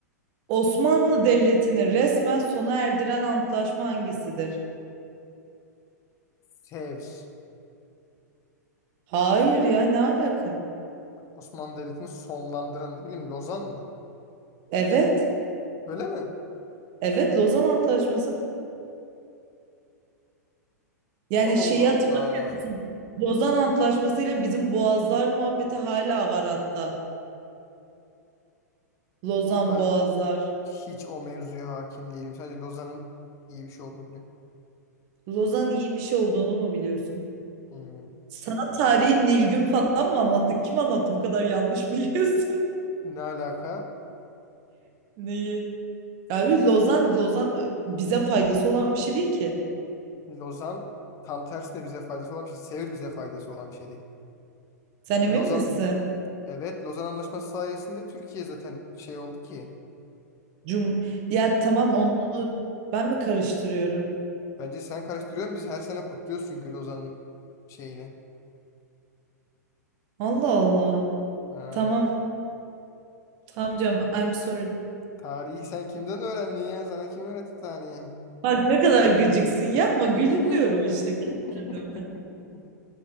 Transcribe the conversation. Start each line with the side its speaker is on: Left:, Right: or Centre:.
Right: Osmanlı Devleti'ni resmen sona erdiren antlaşma hangisidir?
Left: Sevr.
Right: Hayır ya ne alaka?
Left: Osmanlı Devleti'ni sonlandıran ne bileyim Lozan mı?
Right: Evet.
Left: Öyle mi?
Right: Evet Lozan Antlaşması. Yani
Left: Allah
Right: şeyi hatırlıyorum.
Left: Allah.
Right: Lozan Antlaşması'yla bizim Boğazlar muhabbeti hala var hatta. Lozan
Left: Ben
Right: Boğazlar.
Left: hiç o mevzuya hakim değilim. Sadece Lozan'ın iyi bir şey olduğunu biliyorum.
Right: Lozan iyi bir şey olduğunu mu biliyorsun?
Left: Hmm.
Right: Sana tarihi Nilgün falan mı anlattı? Kim anlattı bu kadar yanlış biliyorsun?
Left: Ne alaka?
Right: <laughs> Neyi? Yani Lozan, Lozan bize faydası olan bir şey değil ki.
Left: Lozan tam tersine bize faydası olan bir şey. Sevr bize faydası olan bir şey değil.
Right: Sen emin
Left: Lozan
Right: misin?
Left: evet Lozan Anlaşması sayesinde Türkiye zaten şey oldu ki.
Right: Cum ya tamam onu ben mi karıştırıyorum?
Left: Bence sen karıştırıyorsun. Biz her sene kutluyoruz çünkü Lozan'ın şeyini.
Right: Allah Allah.
Left: Ha.
Right: Tamam. Tamam canım. I'm sorry.
Left: Tarihi sen kimden öğrendin ya? Sana kim öğretti tarihi?
Right: Bak ne kadar gıcıksın. Yapma gülüyorum
Left: <laughs>
Right: işte kendime.